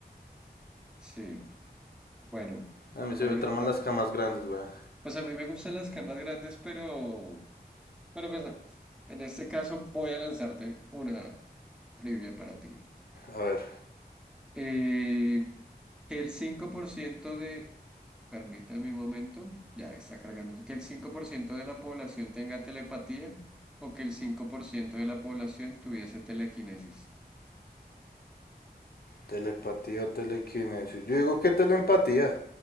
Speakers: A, in the centre; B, on the left.
A: Sí. Bueno,
B: A mí se
A: voy
B: me traman
A: otra.
B: las camas grandes, weón.
A: Pues a mí me gustan las camas grandes, pero, pero pues no. En este caso voy a lanzarte una trivia para ti.
B: A ver,
A: Eh, que el 5% de, permítame un momento, ya está cargando, que el 5% de la población tenga telepatía o que el 5% de la población tuviese telequinesis.
B: telepatía o telequinesis. Yo digo que telepatía.